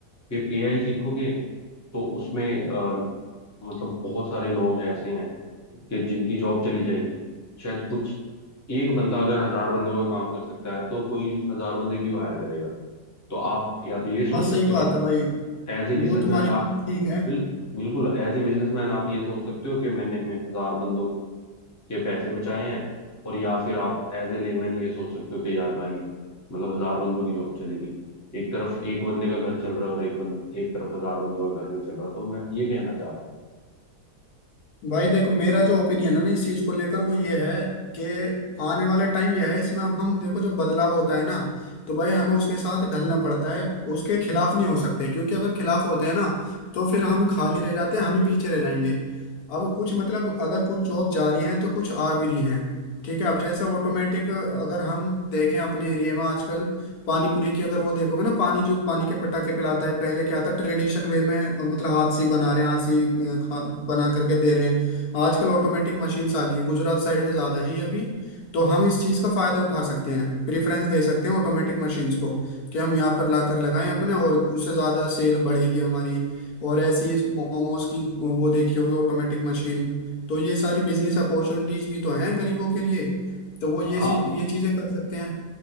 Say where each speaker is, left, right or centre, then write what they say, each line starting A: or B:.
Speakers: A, on the left; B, on the left.
A: फिर एआई सीखोगे तो उसमें अ, मतलब बहुत सारे लोग ऐसे हैं कि जिनकी जॉब चली जाएगी शायद कुछ एक बंदा अगर हजार बंदों का काम कर सकता है तो कोई हजार बंदे क्यों हायर करेगा तो आप या तो ये सोच
B: हाँ सही
A: सकते
B: बात
A: हो
B: है भाई
A: एज ए बिजनेसमैन
B: वो तुम्हारी
A: आप
B: बात ठीक है
A: बिल, बिल्कुल एज ए बिजनेसमैन आप ये सोच सकते हो कि मैंने मैं हजार बंदों के पैसे बचाए हैं और या फिर आप एज ए लेमैन ये सोच सकते हो कि यार भाई मतलब हजार बंदों की जॉब चलेगी एक तरफ एक बंदे का घर चल रहा है और एक बंद एक तरफ हजार बंदों का घर नहीं चल रहा तो मैं ये कहना चाह रहा हूँ
B: भाई देखो मेरा जो ओपिनियन है ना इस चीज को लेकर वो ये है कि आने वाला टाइम यह है इसमें अब हम देखो जो बदलाव होता है ना तो भाई हमें उसके साथ ढलना पड़ता है उसके खिलाफ नहीं हो सकते क्योंकि अगर खिलाफ होते हैं ना तो फिर हम खाली रह जाते हैं हम ही पीछे रह जाएंगे अब कुछ मतलब अगर कुछ जॉब जा रही है तो कुछ आ भी रही हैं ठीक है अब जैसे ऑटोमेटिक अगर हम देखें अपने एरिया में आजकल पानी पूरी की अगर वो देखोगे ना पानी जो पानी के पटाखे पिलाता है पहले क्या था ट्रेडिशन वे में अ, मतलब हाथ से ही बना रहे हैं हाथ से ही अ, खा- बना करके दे रहे हैं आजकल ऑटोमेटिक मशीन्स आ गई हैं गुजरात साइड में ज्यादा है ये अभी तो हम इस चीज का फायदा उठा सकते हैं प्रेफरेंस दे सकते हैं ऑटोमेटिक मशीन्स को कि हम यहाँ पर लाकर लगाएं अपने और उससे ज्यादा सेल बढ़ेगी हमारी और ऐसी मोमोज की वो देखी होगी ऑटोमेटिक मशीन तो ये सारी बिजनेस अपॉर्चुनिटीज भी तो हैं गरीबों के लिए तो वो ये
A: हाँ
B: सी- ये चीजें कर सकते हैं